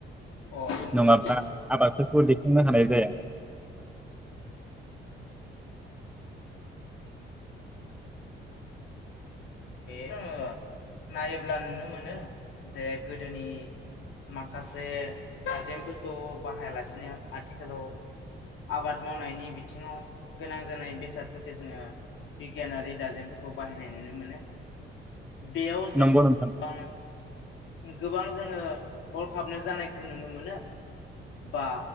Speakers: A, on the left; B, in the centre.
A: अ नंगौ
B: नङाब्ला
A: नोंथां
B: आबादफोरखौ दैखांनो नो हानाय जाया
A: <unintelligible> नायोब्ला नुनो मोनो जे गोदोनि माखासे दाजेमफोरखौ बाहायालासिनो आथिखालाव आबाद मावनायनि बिथिङाव गोनां जानाय बेसादफोरखौ जोङो बिगियानारि दाजेमफोरखौ बाहायनाय नुनो मोनो। बेयाव जों
B: नंगौ नोंथां
A: गोबां गोबां जोङो हरखाबनो जानायखौ नुनो मोनो बा